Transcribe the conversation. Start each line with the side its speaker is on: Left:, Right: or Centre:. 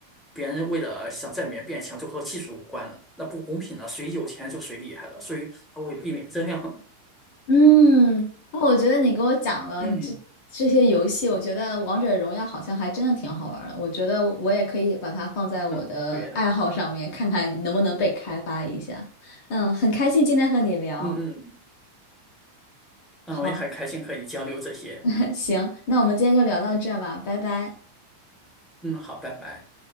Centre: 别人为了想在里面变强，就和技术无关了，那不公平的，谁有钱就谁厉害了，所以他会避免这样的。
Left: 嗯，我觉得你给我讲了这这些游戏，
Centre: <clears throat>
Left: 我觉得王者荣耀好像还真的挺好玩儿的。我觉得我也可以把它放在我的爱好上面，
Centre: 嗯，对的，
Left: 看看能不能被开发一下。嗯，很开心今天和你聊。
Centre: 嗯嗯，那我也很开心和你交流这些。
Left: 好，<laughs> 行，那我们今天就聊到这吧，拜拜。
Centre: 嗯，好，拜拜。